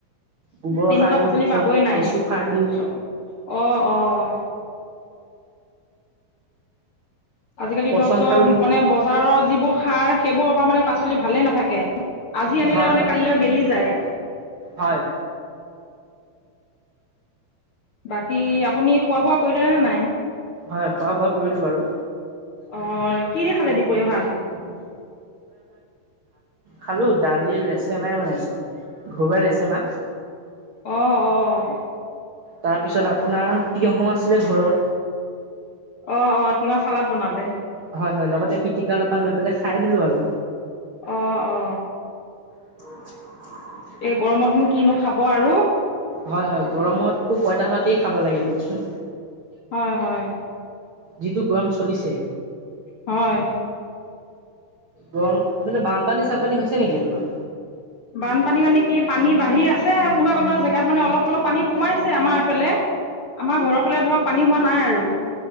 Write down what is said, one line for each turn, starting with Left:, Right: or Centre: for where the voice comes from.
Right: গোবৰ
Left: তেনেকুৱা
Right: সাৰ দিওঁ
Left: পাচলি
Right: তাৰপিছত
Left: পাবই নাই
Right: কেঁচু সাৰ দিওঁ
Left: চ অ', অ', আজিকালি
Right: পচন
Left: ধৰক চব
Right: সাৰো দিওঁ
Left: মানে বজাৰৰ যিবোৰ সাৰ সেইবোৰৰ পৰা মানে পাচলি ভালেই নাথাকে আজি আনিলে
Right: হয়
Left: মানে
Right: হয়
Left: কালিলৈ গেলি যায়।
Right: হয়।
Left: বাকী আপুনি খোৱা বোৱা কৰিলে নে নাই?
Right: হয়, খোৱা বোৱা কৰিলো বাৰু।
Left: অ', কি দি খালে দিপৰীয়া ভাত?
Right: খালো দালিয়ে লেচেমাহ বনাইছিলে ঘৰুৱা লেচেমাহ।
Left: অ', অ',
Right: তাৰপিছত আপোনাৰ তিয়হ আছিলে ঘৰৰ।
Left: অ অ তিঁয়হ চালাদ বনালে?
Right: হয় হয় লগতে পিটিকা অলপমান লৈ পেলাই খাই দিলো আৰু।
Left: অ অ।
Right: <inaudible>
Left: এই গৰমতনো কিনো খাব আৰু।
Right: হয় হয় গৰমতো পইতা ভাতে খাব লাগে দিয়কচোন।
Left: হয় হয়।
Right: যিটো গৰম চলিছে।
Left: হয়।
Right: গৰম এইফালে বানপানী চানপানী হৈছে নেকি আপোনাৰ
Left: বানপানী মানে কি পানী বাঢ়ি আছে কোনোবা কোনোবা জেগাত মানে অলপ অলপ পানী সোমাইছে আমাৰ এইফালে। আমাৰ ঘৰৰ ফালে ধৰক পানী হোৱা নাই আৰু।